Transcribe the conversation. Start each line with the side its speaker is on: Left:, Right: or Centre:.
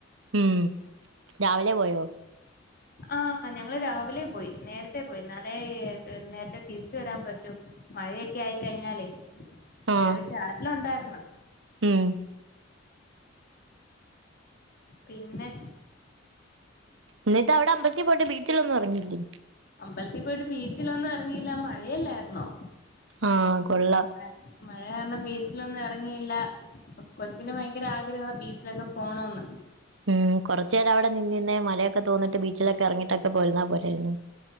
Right: ഉം രാവിലെ പോയോ
Left: ആഹ് ഞങ്ങള് രാവിലെ പോയി നേരത്തെ പോയിന്നാലെ നേരത്തെ തിരിച് വരാൻ പറ്റു മഴയൊക്ക്യായിക്കഴിഞ്ഞാലേ
Right: ആ
Left: ചെറിയ ചാറ്റല് ഒണ്ടാര്ന്ന്
Right: ഉം
Left: പിന്നെ
Right: എന്നിട്ട് അവടെ അമ്പത്തിപോട്ട് ബീച്ചിലൊന്നും ഇറങ്ങില്ലേ
Left: അമ്പലത്തി പോയിട്ട് ബീച്ചിലൊന്നും എങ്ങിയില്ലാ മഴയാല്ലാര്ന്നോ
Right: ആഹ് കൊള്ളാം
Left: മ മഴ കാരണം ബീച്ചിലൊന്നും എറങ്ങില്ലാ കൊച്ചിന് ബയങ്കര ആഗ്രഹാ ബീച്ചിലൊക്കെ പോണോന്ന്
Right: ഉം കൊറച്ച നേരം അവടെ നിന്നിന്നെ മലയൊക്കെ തോന്നിട്ട് ബീച്ച്ലൊക്കെ എറങ്ങിയിട്ടൊക്കെ പോരുന്നാ പോരാര്ന്നേ